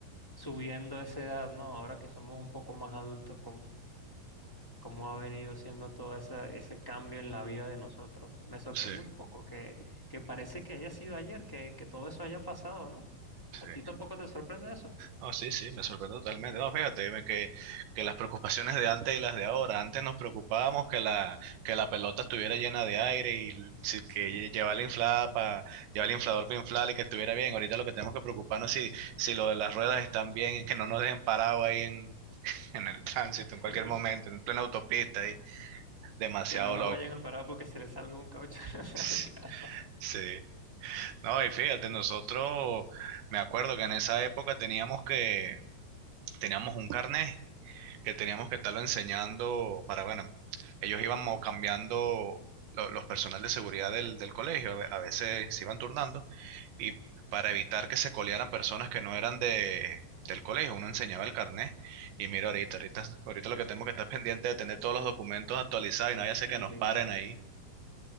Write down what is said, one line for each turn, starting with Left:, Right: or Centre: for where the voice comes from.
Centre: subiendo esa edad, ¿no? Ahora que somos un poco más adultos, cómo ha venido siendo todo esa- ese cambio en la vida de nosotros. Me sorprende
Right: Sí,
Centre: un poco que, que parece que haya sido ayer, que, que todo eso haya pasado, ¿no?
Right: sí.
Centre: ¿A ti tampoco te sorprende eso?
Right: No, sí, sí, me sorprende totalmente. No, fíjate, dime que, que las preocupaciones de antes y las de ahora. Antes nos preocupábamos que la, que la pelota estuviera llena de aire y si- que
Centre: Sí.
Right: lle- llevarla inflada para llevar el inflador para inflar y que estuviera bien. Ahorita lo que tenemos que preocuparnos es si, si lo de las ruedas están bien, y que no nos dejen parado ahí en, <laughs> en el tránsito,
Centre: <laughs>
Right: en cualquier momento, en plena autopista, ahí. Demasiado
Centre: Que no nos
Right: loco.
Centre: vayan a parar porque se les salga un caucho <laughs>
Right: <laughs>
Centre: al carro
Right: Sí. No, y fíjate, nosotros, me acuerdo que en esa época teníamos que, teníamos un carnet que teníamos que estarlo enseñando para, bueno, ellos iban mo- cambiando lo- los personal de seguridad del, del colegio, a ve- a veces se iban turnando, y para evitar que se colearan personas que no eran de, del colegio, uno enseñaba el carnet, y mira ahorita, ahorita, ahorita lo que tenemos que estar pendiente de tener todos los documentos actualizados y nadie hace
Centre: y,
Right: que nos paren ahí.